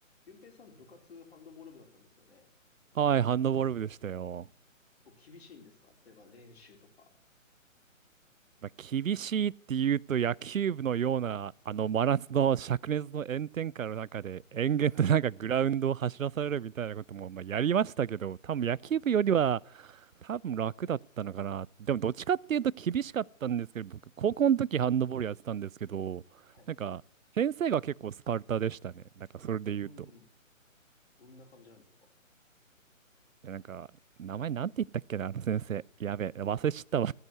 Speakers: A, on the left; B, on the right.
A: 俊平さん、部活ハンドボール部だったんですよね。
B: はい、ハンドボール部でしたよ。
A: こう厳しいんですか例えば練習とか。
B: まあ、厳しいって言うと野球部のようなあの真夏の灼熱の炎天下の中で延々となんかグラウンドを走らされるみたいなこともまあやりましたけど多分野球部よりは
A: はいはいはい
B: 多分楽だったのかなでもどっちかっていうと厳しかったんですけど僕高校の時ハンドボールやってたんですけどなんか先生が結構スパルタでしたねなんかそれで言うと
A: はい。うん。どんな感じなんですか
B: いやなんか名前なんて言ったっけなあの先生やべえ忘れちゃったわ